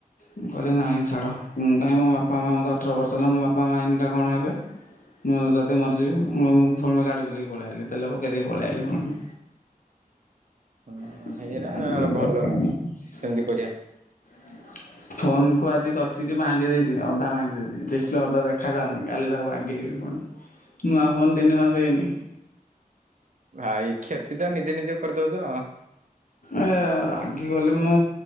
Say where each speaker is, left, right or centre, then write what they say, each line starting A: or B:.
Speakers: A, on the left; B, on the right.
A: ମୁଁ କହିଲି ନାଇଁ ଛାଡ, ମୁଁ କାଇ ମୋ ବାପା ମା ମୋତେ ଅଠର ବର୍ଷ ହେଲା ମୋ ବାପା ମା ହେଇନିକା କଣ ହେବେ। ମୁଁ ଯଦି ମରିଯିବି, ମୁଁଁ ପୁଣି ଗାଡ଼ି ବୁଲିକି ପଳେଇ ଆଇଲି ତେଲେ ପକେଇ ଦେଇକି ପଳେଇଲି ପୁଣି।
B: ହଁ
A: <unintelligible>
B: ହେଇରା ଭଲ ନୁହଁ ସେମିତି କରିବା
A: ଫୋନ କୁ ଆଜି କଚି କି ଭାଙ୍ଗି ଦେଇଛି ଅଧା ଭାଙ୍ଗି ଦେଇଛି ଡିସପ୍ଲେ ଅଧା ଦେଖାାଯାଉନି। କାଲି ତାକୁ ବାଗେଇବି ପୁଣି, ନୂଆ ଫୋନ୍ ତିନି ମାସ ହେଇନି।
B: ଭାଇ, କ୍ଷତି ତ ନିଜେ ନିଜେ କରିଦଉଛ।
A: ଏ ରାଗିଗଲି ମୁଁ